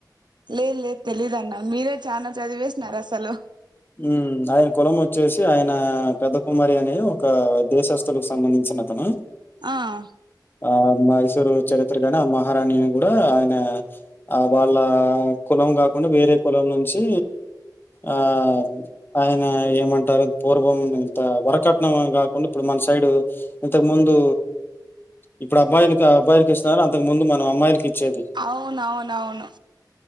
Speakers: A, on the right (about 85°); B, on the left (about 30°).
A: లేదు లేదు తెలీదన్న మీరే చానా చదివేసినారు అసలు
B: ఉమ్ ఆయన కులం వచ్చేసి ఆయన పెద్ద కుమారి అనే ఒక దేశస్ అతనికి సంబంధించిన అతనా
A: ఆ
B: ఆ మైసూరు చరిత్రగానే ఆ మహారాణిని కూడా ఆయన ఆ వాళ్ళ కులం కాకుండా వేరే కులం నుంచి ఆ ఆయన ఏమంటారు పూర్వం ఇంత వరకట్నం కాకుండా ఇప్పుడు మన సైడ్ ఇంతకు ముందు ఇప్పుడు అబ్బాయిలుకి అబ్బాయి స్తున్నారు అంతకు ముందు మనం అమ్మాయిలకి ఇచ్చేది
A: అవునవునవును